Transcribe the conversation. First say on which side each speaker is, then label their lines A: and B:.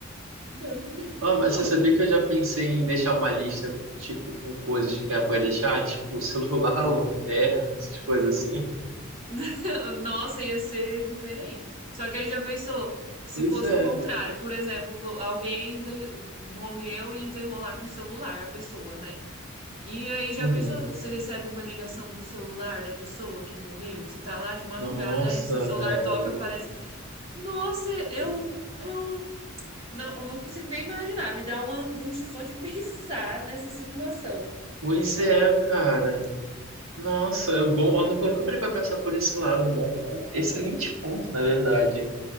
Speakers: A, on the right; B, on the right.
A: Deus me livre.
B: Ó, mas
A: Não,
B: você sabia que eu já pensei em deixar uma lista, tipo, com coisas que é pra deixar, tipo, celular, <laughs> lanterna, essas coisas assim?
A: <laughs> nossa, ia ser diferente. Só que aí já pensou, se
B: Pois
A: fosse
B: é.
A: o contrário, por exemplo, vo- alguém de- morreu e enterrou lá com o celular a pessoa, né? E aí, já
B: Uhum.
A: pensou se você recebe uma ligação do celular da pessoa que morreu? Você tá lá de madrugada,
B: Nossa,
A: aí seu celular
B: velho.
A: toca, aparece. Nossa, eu, eu não, eu não consigo nem imaginar. Me dá uma angústia só de pensar nessa situação.
B: Pois é, cara. Nossa, bom, eu nunca, nunca parei pra pensar por esse lado, um bom ponto. Excelente ponto, na verdade.